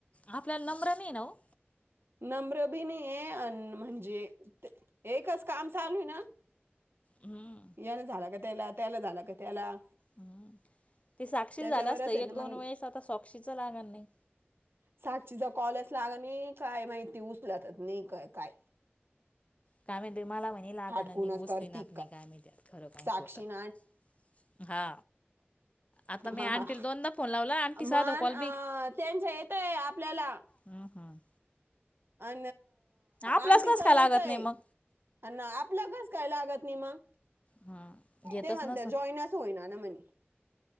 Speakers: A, on the left; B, on the right.
A: आपल्याला नम्र नाही ना हो
B: नम्र बी नाही आहे अ म्हणजे एकच काम चालू आहे ना
A: हम्म
B: यान झाला का त्याला त्याला झालं का त्याला
A: हम्म ते साक्षील
B: त्याच्यावरच
A: झालं असत एक
B: आहे ना
A: दोन
B: मग
A: वेळेस आता सॉक्षीच लागणार नाही
B: सागचीचा कॉलच लाग नाही काय माहिती उचलतात नाही का काय
A: काय म्ह मला म्ह लाग
B: हाटकूनच
A: ना उसली
B: करती
A: नाक नाही काय मी त्या खरं काही
B: साक्षीन
A: खोटं हा आता मी
B: हा
A: आंटीला
B: हा
A: दोनदा फोन लावला आंटी
B: मन
A: साधा कॉल
B: अं
A: बी
B: त्यांच येतय आपल्याला
A: हम्म हम्
B: अ
A: आपलाच
B: आंटीचा
A: कस काय
B: येतय
A: लागत नाही मग
B: अ आपलं घस कायला लागत नाही मग
A: हम्म घेतच
B: ते म्हणत
A: नस
B: जॉयनाच होईना ना म्हणे